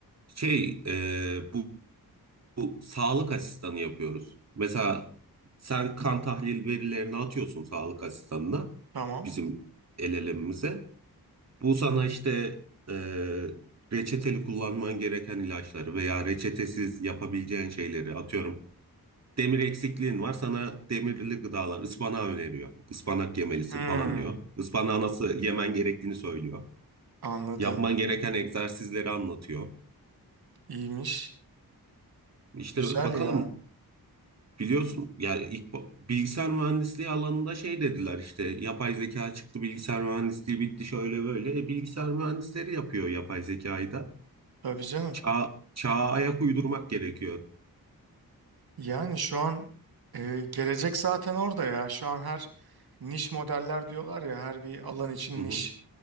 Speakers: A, on the right; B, on the right.
A: Şey e, bu, bu sağlık asistanı yapıyoruz. Mesela sen kan tahlil verilerini atıyorsun sağlık asistanına
B: Tamam.
A: bizim LLM'imize. Bu sana işte e, reçeteli kullanman gereken ilaçları veya reçetesiz yapabileceğin şeyleri atıyorum. Demir eksikliğin var sana demirli gıdalar ıspanağı öneriyor. Ispanak yemelisin
B: Hı.
A: falan diyor. Ispanağı nasıl yemen gerektiğini söylüyor.
B: Anladım.
A: Yapman gereken egzersizleri anlatıyor.
B: İyiymiş.
A: İşte
B: Güzel
A: bakalım
B: ya.
A: biliyorsun yani ilk bu- bilgisayar mühendisliği alanında şey dediler işte yapay zeka çıktı bilgisayar mühendisliği bitti şöyle böyle. E, bilgisayar mühendisleri yapıyor yapay zekayı da.
B: Tabii canım.
A: Çağ, çağa ayak uydurmak gerekiyor.
B: Yani şu an e, gelecek zaten orada ya. Şu an her niş modeller diyorlar ya her bir alan için
A: Hı hı.
B: niş